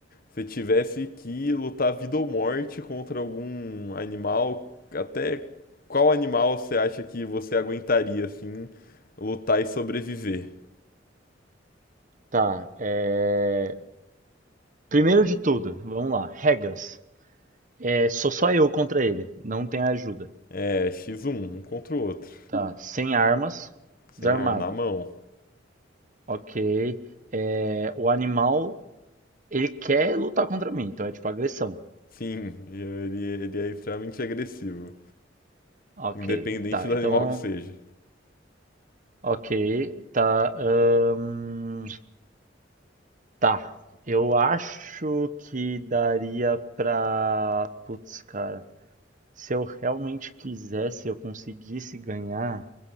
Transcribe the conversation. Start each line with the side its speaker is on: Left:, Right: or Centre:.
Left: você tivesse que lutar vida ou morte contra algum animal, até qual animal você acha que você aguentaria, assim, lutar e sobreviver?
Right: tá. É, Primeiro de tudo, vamos lá. Regras. É, sou só eu contra ele. Não tem ajuda.
Left: É, X1, um um contra o outro,
Right: Tá. Sem armas,
Left: sem
Right: desarmado.
Left: arma, na mão.
Right: Ok. É, O animal, ele quer lutar contra mim, então é tipo agressão.
Left: Sim, ele, ele é extremamente agressivo,
Right: Ok.
Left: independente
Right: Tá.
Left: do
Right: Então,
Left: animal que seja.
Right: ok. Tá. ahn, Tá. Eu acho que daria pra. Putz, cara. Se eu realmente quisesse, eu conseguisse ganhar.